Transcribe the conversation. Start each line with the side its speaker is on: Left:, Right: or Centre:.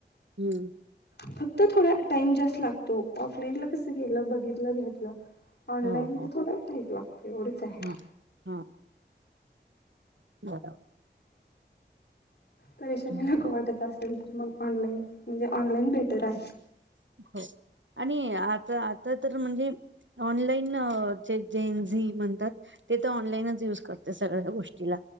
Right: हम्म
Left: फक्त..... तर थोडा टाइम जास्त लागतो ऑफलाईन ला कस गेलं बघितलं घेतलं. ऑनलाईन
Right: हो
Left: ते
Right: हो
Left: थोडं लागत. एवढच आहे
Right: हा हा बरोबर
Left: परेशानी
Right: हं.
Left: नको वाटत <inaudible> <unintelligible> ऑनलाईन भेट <unintelligible>
Right: हो आणि आता आता त <unintelligible> ऑनलाईन <unintelligible> <unintelligible> म्हणतात ते तर ऑनलाईनच युज करतात सगळ्या गोष्टीला